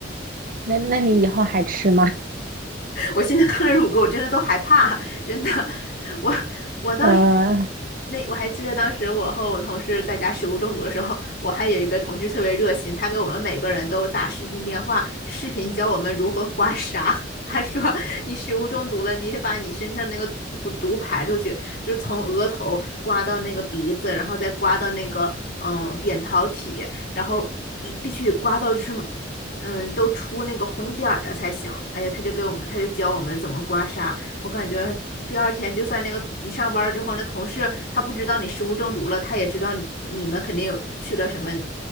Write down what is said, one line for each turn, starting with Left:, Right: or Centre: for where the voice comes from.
Right: 那那你以后还吃吗？
Left: 我现在看了乳沟，我真的都害怕，真的。我我当时
Right: 呃，
Left: 那我还记得，当时我和我同事在家食物中毒的时候，我还有一个同事特别热心，他给我们每个人都打视频电话，视频教我们如何刮痧。他说：“你食物中毒了，你得把你身上那个毒毒排出去，就是从额头刮到那个鼻子，然后再刮到那个嗯扁桃体，然后一必须刮到就是嗯都出那个红点儿的才行。哎呀，他就给我们，他就教我们怎么刮痧。我感觉第二天就算那个你上班了之后，那同事他不知道你食物中毒了，他也知道你你们肯定有去了什么